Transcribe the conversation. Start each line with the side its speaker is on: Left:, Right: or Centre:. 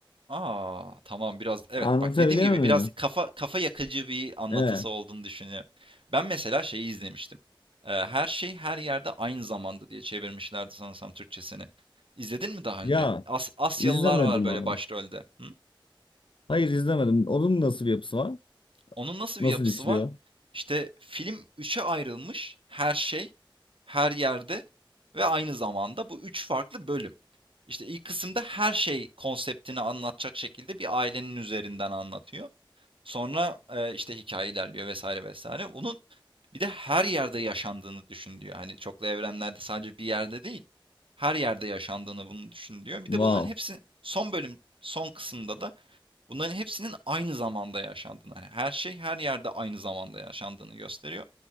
Right: Aa tamam biraz evet
Left: Anlatabiliyor
Right: bak dediğim gibi
Left: muyum?
Right: biraz kafa kafa yakıcı bir anlatısı
Left: Evet.
Right: olduğunu düşünüyorum. Ben mesela şeyi izlemiştim. Ee, Her şey her yerde aynı zamanda diye çevirmişlerdi sanırsam Türkçesini. İzledin mi daha
Left: Ya
Right: önce? As Asyalılar
Left: izlemedim
Right: var böyle
Left: abi.
Right: başrolde. Hı?
Left: Hayır izlemedim. Onun nasıl bir yapısı var?
Right: Onun nasıl
Left: Nasıl
Right: bir yapısı
Left: işliyor?
Right: var? İşte film üçe ayrılmış. Her şey her yerde ve aynı zamanda bu üç farklı bölüm. İşte ilk kısımda her şey konseptini anlatacak şekilde bir ailenin üzerinden anlatıyor. Sonra eee, işte hikaye ilerliyor vesaire vesaire. Bunun bir de her yerde yaşandığını düşün diyor. Hani çoklu evrenlerde sadece bir yerde değil, her yerde yaşandığını bunu düşün diyor. Bir
Left: <laughs> Wow.
Right: de bunların hepsi son bölüm, son kısımda da bunların hepsinin aynı zamanda yaşandığını, hani her şey her yerde aynı zamanda yaşandığını gösteriyor.